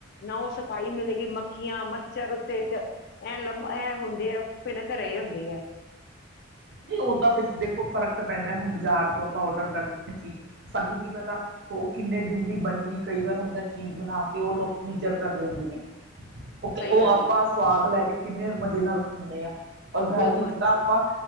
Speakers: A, on the left; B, on the right.
A: ਨਾ ਉਹ ਸਫਾਈ ਮਿਲੇਗੀ। ਲੇਕਿਨ ਮੱਖੀਆਂ ਮੱਛਰ ਉੱਤੇ ਚ ਐਂ ਲਮ ਐ ਹੁੰਦੀ ਆ ਭਿਣਕ ਰਹੇ ਹੁੰਦੇ ਆ।
B: ਨਹੀਂ ਉਹ ਤਾਂ ਫਿਰ ਦੇਖੋ ਫ਼ਰਕ ਪੈਂਦਾ ਹੁਣ ਬਾਜ਼ਾਰ ਤੋਂ ਆਪਾਂ ਓਡਰ ਕਰਦੇ ਹਾਂ ਚੀਜ਼ ਸਾਨੂੰ ਕੀ ਪਤਾ ਉਹ ਕਿੰਨੇ ਦਿਨ ਦੀ ਬਣੀ ਵੀ ਕਈ ਵਾਰ ਹੁੰਦਾ ਚੀਜ਼ ਬਣਾ ਕੇ ਉਹ ਲੋਕ <inaudible> ਕਰ ਲੈਂਦੇ ਨੇ। ਉਹ
A: ਸਹੀ ਗੱਲ
B: ਆਪਾਂ
A: ਹੈ
B: ਸਵਾਦ ਲੈ ਕੇ ਕਿੰਨੇ ਮਜ਼ੇ ਨਾਲ ਖਾਂਦੇ ਆ। ਔਰ ਘਰ
A: ਬਿਲਕੁਲ
B: ਵਿੱਚ
A: ਬਿਲਕੁਲ
B: ਤਾਂ ਆਪਾਂ